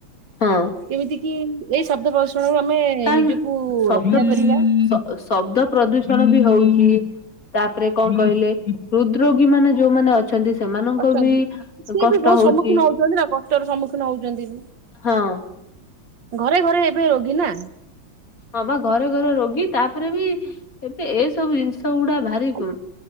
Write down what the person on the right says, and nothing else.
ଏମିତି କି ଏଇ ଶବ୍ଦ ପ୍ରଦୂଷଣରୁ ଆମେ
ନିଜକୁ
ରକ୍ଷା କରିବା
ଅଛନ୍ତି
ସିଏ
ବି ବହୁତ
ସମ୍ମୁଖୀନ ହଉଛନ୍ତି ନା କଷ୍ଟର ସମ୍ମୁଖୀନ ହଉଛନ୍ତି ବି।
ଘରେ ଘରେ ଏବେ ରୋଗୀ ନା
<unintelligible>